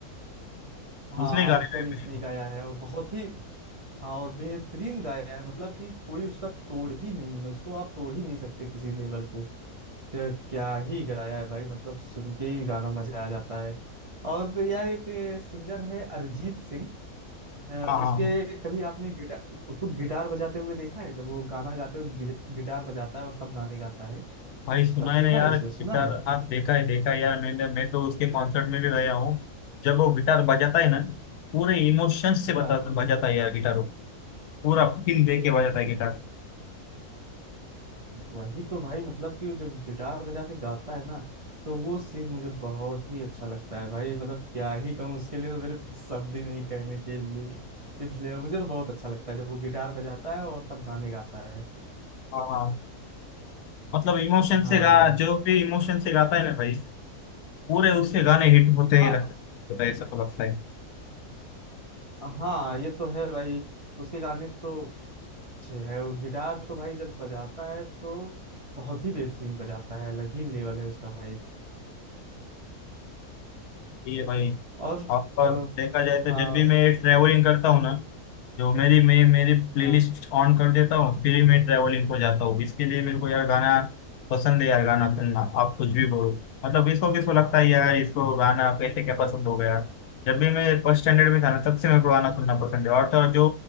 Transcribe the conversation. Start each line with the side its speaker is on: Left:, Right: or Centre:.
Right: हाँ
Left: उसने
Right: हाँ
Left: गाने
Right: उसको
Left: गाए
Right: भी
Left: थे।
Right: इसने ही गाया है और बहुत ही हाँ और बेहतरीन गाया है मतलब कि कोई उसका तोड़ ही नहीं है उसको आप तोड़ ही नहीं सकते किसी लेवल पे क्या क्या ही गाया है भाई मतलब सुन के ही गाना मजा आ जाता है और तो यार एक सिंगर है अरिजीत सिंह अ, उसके
Left: हाँ हाँ
Right: कभी आपने गिटार उसको गिटार बजाते हुए देखा है जब वो गाना गाते हुए गि- गिटार बजाता है और तब गाने गाता है
Left: भाई सुना
Right: तब देखा
Left: है ना यार
Right: है उसे
Left: गिटार
Right: सुना है
Left: हाँ देखा है देखा है यार मैंने मैं तो उसके कॉन्सर्ट में भी गया हूँ जब वो गिटार बजाता है ना पूरे इमोशंस से बता
Right: हाँ
Left: बजाता है यार गिटार वो पूरा फील दे के बजाता है गिटार
Right: वही तो भाई मतलब कि वो जब गिटार बजा के गाता है ना तो वो सीन मुझे बहुत ही अच्छा लगता है भाई मतलब क्या ही कहूँ उसके लिए तो मेरे पास शब्द ही नहीं कहने के लिए इसलिए मुझे तो बहुत अच्छा लगता है जब वो गिटार बजाता है और तब गाने गाता है
Left: हाँ हाँ। मतलब इमोशन
Right: हाँ
Left: से गा जो भी इमोशन से गाता है ना भाई पूरे उसके गाने हिट होते
Right: हाँ
Left: ही लगता है तो ऐसा तो लगता है
Right: हाँ ये तो है भाई उसके गाने तो अच्छे है और गिटार तो भाई जब बजाता है तो बहुत ही बेहतरीन बजाता है अलग ही लेवल है उसका भाई
Left: ये भाई
Right: और
Left: आपका
Right: अ,
Left: देखा जाए तो
Right: हाँ
Left: जब भी मैं ट्रेवलिंग करता हूँ ना जो मेरी मैं मेरी प्लेलिस्ट
Right: हाँ
Left: ऑन कर देता हूँ फिर ही मैं ट्रैवलिंग को जाता हूँ इसके लिए मेरे को यार गाना पसंद है यार गाना सुनना आप कुछ भी बोलो मतलब इसको किसको लगता है यार इसको गाना कैसे क्या पसंद हो गया जब भी मैं फर्स्ट स्टैंडर्ड में था ना तब से मेरे को गाना सुनना पसंद है और तो और जो